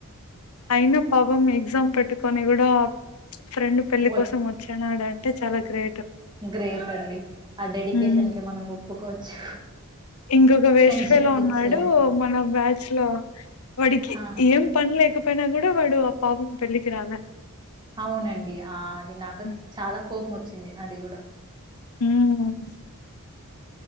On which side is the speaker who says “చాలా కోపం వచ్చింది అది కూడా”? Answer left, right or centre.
Right